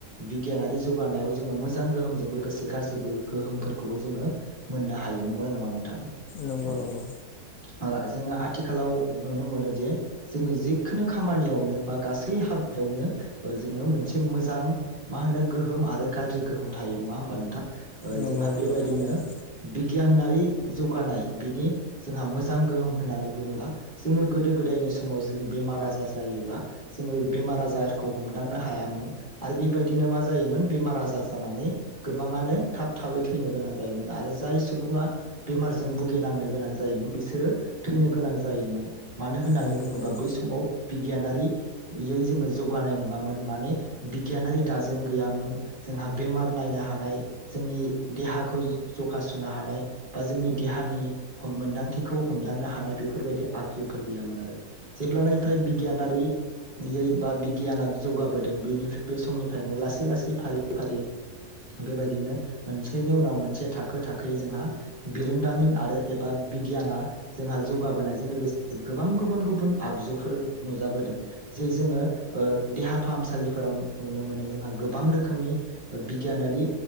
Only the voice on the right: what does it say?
बिगियानारि जौगानायाव जोङो मोजां गोहोमजों लोगोसे गाज्रिबो गोहोमफोरखौबो जोङो मोननो हायो नंगौना नङा नोंथां?
औ।
ओ जोङो आथिखालाव नुनो मोनो जे, जोनि जिखुनु खामानियावनो बा गासै हाबायावनो ओ जोङो मोनसे मोजां मा होनो गोहोम आरो गाज्रि गोहोम थायो नङा होमबा नोंथां? ओ
जोंहा
बेबायदिनो
बिगियानारि जौगानाय बिनि जोंहा मोजां गोहोम होननानै बुङोबा। जोङो गोदो गोदायनि समाव जोङो बेमार आजार जायोबा जोङो बेमार आजारखौ हमदांनो हायामोन आरो बेबायदिनो मा जायोमोन बेमार आजार जानानै गोबाङानो थाब थाबै थैनो गोनां जायोमोन, आरो जाय सुबुङा बेमारजों भुगिनांनो गोनां जायोमोन बिसोरो थैनो गोनां जायोमोन। मानो होननानै
बुङोबा
बै समाव बिगियानारियै जोङो जौगानाय नङामोन माने, बिगियानारि दाजेम गैयामोन जोंहा बेमार नायनो हानाय जोंनि देहाखौ जखा सुनो हानाय, बा जोंनि देहानि हम मोन्दांथिखौ हमदांनो हानाय बेफोरबायदि आगजुफोर गैयामोन आरो। जेब्लानायफ्राय बिगियानारियै बा बिगियाना जौगाबोदों बेनि बे समनिफ्रायनो लासै लासै फारि फारि बेबायदिनो मोनसेनि उनाव मोनसे थाखो थाखोयै जोंहा बिरोंदामिन आरो एबा बिगियाना, जोंहा जौगाबोनायजों लोगोसे गोबां गुबुन गुबुन आगजुफोर नुजाबोदों जे जोङो ओ देहा फाहामसालिफोराव नुनो मोनो। जोंहा गोबां रोखोमनि ओ बिगियानारि